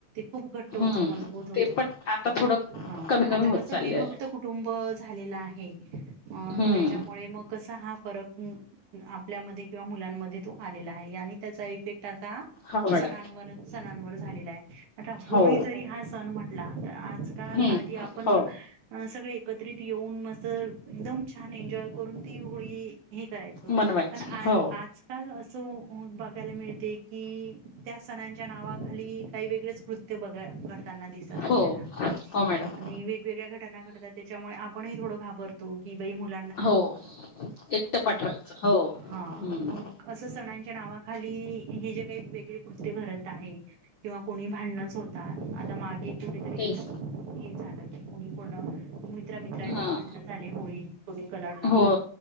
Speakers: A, on the right; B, on the left.
A: खूप घट्ट होतो
B: हम्म
A: मजबूत होतो
B: ते पण आता थोडं
A: ह
B: कमी कमी
A: आता
B: होत
A: कस
B: चालले
A: विभक्त
B: आहे
A: कुटुंब झालेलं आहे
B: हम्म
A: त्यामुळे मग कसा हा फरक आपल्यामध्ये किंवा मुलांमध्ये तो आलेला आहे आणि त्याचा इफेक्ट आा
B: हो मॅडम
A: सणांवर सणांवर झालेला आहे आता होळी
B: हो
A: जरी हा सण म्हटला तर आजकाल
B: हम्म
A: आधी आपण
B: हो
A: सगळे एकत्रित येऊ दन मर एकदम छान एजॉ करून ती होळी हे करायच
B: मनवायचं
A: पण आजकाल
B: हो
A: अस ऐयला मिळते की त्या सणांच्या नावाखाली काही वेगळेच कृत्य बघ करताना दिसत आपल्याला
B: हो हो मॅडम
A: आणि वेगवेगळ्या घटना घडतात त्याच्यामुळे आपणही थोडं घाबरतो की बा मुली
B: हो एकटं पाठवायचं हो
A: हा
B: हम्म
A: मग असं सणांच्या नावाखाली हे जे काही वेगळी कोष्ट घरत आहे किंवा कोणी भांडणच होतात आता मागे कुठेतरी
B: तेस
A: हे झालं कोणी कोण मित्र मित्राची
B: हां
A: भांडण झाले होळी दोनी कलर लावला
B: हो